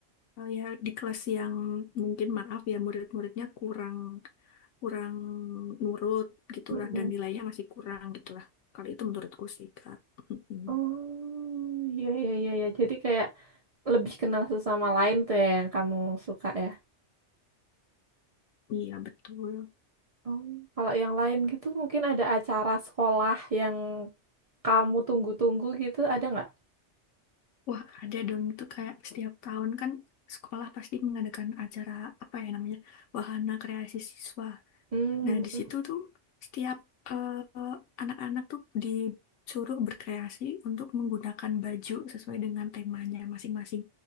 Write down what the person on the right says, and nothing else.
Mm-mm.
Oh, iya, iya, iya, iya. Jadi kayak lebih kenal sesama lain tuh ya yang kamu suka ya.
Oh, kalau yang lain gitu mungkin ada acara sekolah yang kamu tunggu-tunggu gitu, ada nggak?
Hmm,
mm.